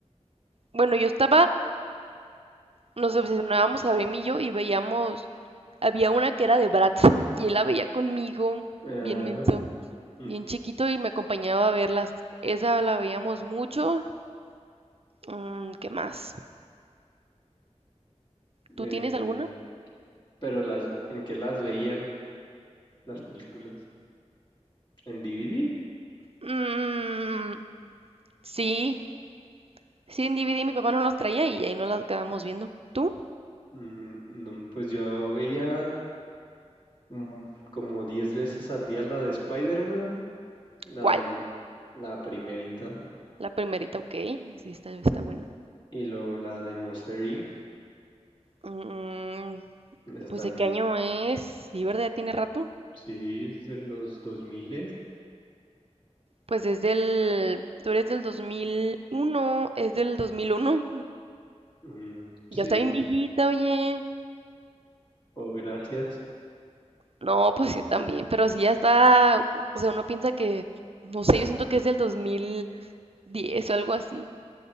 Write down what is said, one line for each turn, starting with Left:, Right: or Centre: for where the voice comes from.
Right: bueno, yo estaba nos obsesionábamos a y yo y veíamos, había una que era de Bratz y él la veía conmigo,
Left: Ajá.
Right: bien menso,
Left: Mm.
Right: bien chiquito y me acompañaba a verlas. Esa la veíamos mucho. Mm, ¿qué más? ¿Tú
Left: Eh,
Right: tienes alguna?
Left: pero las, ¿en qué las veían las películas? ¿En DVD?
Right: Mm, sí, sí, en DVD mi papá no los traía y ahí nos las acabamos viendo. ¿Tú?
Left: Mm, no, pues yo veía mm, como 10 veces al día la de Spider-Man, la
Right: ¿Cuál?
Left: de Mo- la primerita
Right: La primerita, ok, sí, está, está buena.
Left: y luego la de Monster Inc.
Right: Mm,
Left: Esa también.
Right: pues ¿de qué año es? Sí, ¿verdad? Ya tiene rato.
Left: Sí, es de los 2000
Right: Pues es del, tú eres del 2001, es del 2001.
Left: mm, sí.
Right: Ya está bien viejita, oye.
Left: Oh, gracias.
Right: No, pues yo también, pero sí ya está, o sea, uno piensa que, no sé, yo siento que es del 2010 o algo así.